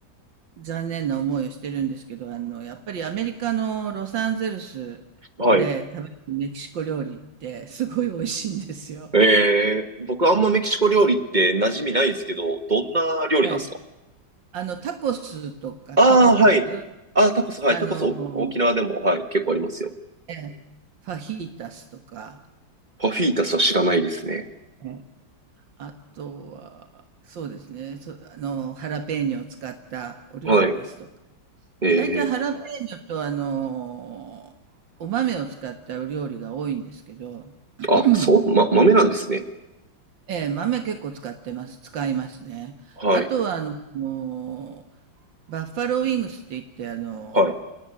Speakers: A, on the right (about 75°); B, on the right (about 25°).
A: う残念な思いをしてるんですけど、あの、やっぱりアメリカのロサンゼルスで食べるメキシコ料理ってすごい美味しいんですよ。
B: はい。えー、僕あんまメキシコ料理って馴染みないんですけど、どんな料理なんですか
A: えあの、タコスとか聞いたことあります
B: ああー、はい。あー、タコス、はい。
A: あの、
B: タコス、お沖縄でも、はい。結構ありますよ。
A: ええ、ファヒータスとか、
B: パフィータスは知らないですね。
A: ええ。あとは、そうですね、そ、あの、ハラペーニョを使ったお料理ですとか。
B: はい。えー、
A: 大体ハラペーニョとあの、お豆を使ったお料理が多いんですけど、
B: あ、
A: うん
B: そう、ま、豆なんですね。
A: ええ、豆結構使ってます。使いますね。
B: はい。
A: あとは、あの、もうバッファローウィングスって言って、あの、
B: はい。